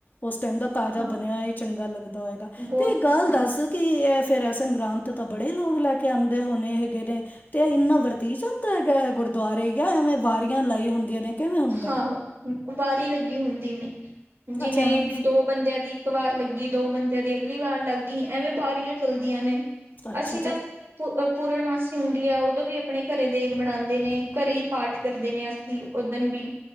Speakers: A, on the left; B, on the right.
A: ਉਸ ਟਾਈਮ ਦਾ ਤਾਜ਼ਾ
B: ਹਾਂ
A: ਬਣਿਆ ਹੋਏ ਚੰਗਾ ਲੱਗਦਾ ਹੋਏਗਾ
B: ਬਹੁਤ
A: ਤੇ ਗੱਲ
B: ਹਾਂ
A: ਦੱਸ ਕਿ ਇਹ ਫੇਰ ਇਹ ਸੰਗਰਾਂਤ ਤੇ ਤਾਂ ਬੜੇ ਲੋਕ ਲੈ ਕੇ ਆਉਂਦੇ ਹੋਣੇ ਹੈਗੇ ਨੇ ਤੇ ਇੰਨਾ ਵਰਤੀ ਜਾਂਦਾ ਹੈਗਾ ਦੁਆਰੇ ਗਿਆ ਐਵੇਂ ਵਾਰੀਆਂ ਲਾਈ ਹੁੰਦੀਆਂ ਨੇ ਕਿਵੇਂ ਹੁੰਦਾ
B: ਆਹੋ ਵਾਰੀ ਲੈ ਲੱਗੀ ਹੁੰਦੀ ਨ ਜਿਵੇਂ
A: ਅੱਛਾ ਐਵੇਂ
B: ਦੋ ਬੰਦਿਆਂ ਦੀ ਇੱਕ ਵਾਰ ਲੱਗੀ ਦੋ ਬੰਦਿਆਂ ਦੀ। ਅਗਲੀ ਵਾਰ ਲੱਗ ਗਈ ਐਵੇਂ ਬਾਰੀਆਂ ਚੱਲਦੀਆਂ ਨੇ।
A: ਅੱਛਾ
B: ਅਸੀਂ ਤਾਂ ਪੂਰਨਮਾਸੀ ਹੁੰਦੀ ਹੈ ਉਦੋਂ ਵੀ। ਆਪਣੇ ਘਰੇ ਦੇਗ ਬਣਾਉਂਦੇ ਨੇ ਘਰੇ ਹੀ ਪਾਠ ਕਰਦੇ ਨੇ ਅਸੀਂ। ਓਦਣ ਵੀ